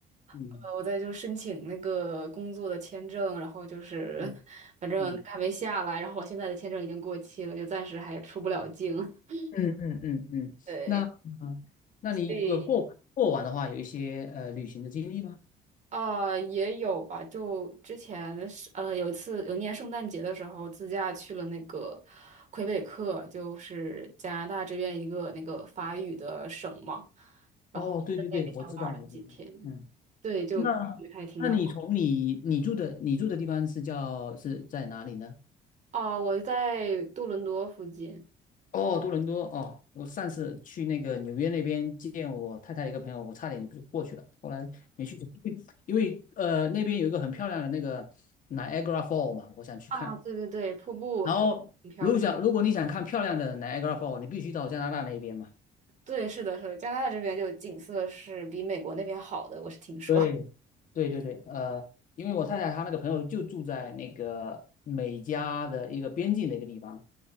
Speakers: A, on the left; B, on the right.
A: 嗯
B: 呃，我在就申请那个工作的签证，然后就是，
A: 嗯
B: 反正还没下来，
A: 嗯
B: 然后我现在的签证已经过期了，就暂时还出不了境。<laughs>
A: 嗯嗯嗯嗯。
B: 对，
A: 那嗯，那你如果过过往的话，
B: 所以
A: 有一些呃旅行的经历吗？
B: 呃，也有吧。就之前是呃有一次有一年圣诞节的时候，自驾去了那个魁北克，就是加拿大这边一个那个法语的省嘛，然后在那边玩了几天，
A: 哦，对对对，我知道，我知道。嗯。
B: 对，就感觉还挺好。
A: 那那你从你你住的你住的地方是叫是在哪里呢？
B: 哦、我在多伦多附近
A: 哦，多伦多哦，我上次去那个纽约那边见我太太一个朋友，我差点就过去了，后来没去成，因为因为呃那边有一个很漂亮的那个 Niagara Fall 嘛，我想去看。
B: 啊，对对对，瀑布还挺漂亮。
A: 然后如果想如果你想看漂亮的 Niagara Fall，你必须到加拿大那边嘛。
B: 对，是的，是的，加拿大这边就景色是比美国那边好的，我是听说。
A: 对，
B: <laughs>
A: 对对对，呃，因为我太太她那个朋友就住在那个美加的一个边境的一个地方。